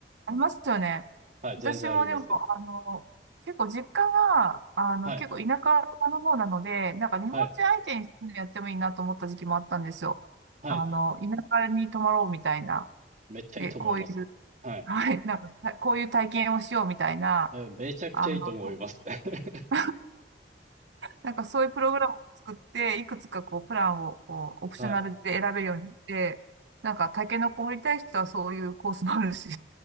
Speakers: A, on the right (about 85°); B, on the right (about 40°).
A: ありますよね。
B: はい、
A: 私もでも、
B: 全然あります、全然。
A: あの、結構実家が、あの、
B: はい。
A: 結構田舎の方なので、なんか日本人相手にやってもいいなと思った時期もあったんですよ。
B: はい、はい。
A: あの、田舎に泊まろうみたいな。
B: めっちゃいいと思います。
A: で、こういう、<laughs>
B: はい。
A: はい、なんか、こういう体験をしようみたいな、
B: え、めちゃくちゃいいと思います。
A: あの、<laughs>
B: <laughs>
A: なんかそういうプログラムを作って、いくつかこう、プランをこうオプショナルで選べるようにして、
B: はい。
A: なんか、タケノコ掘りたい人はそういうコースもあるし、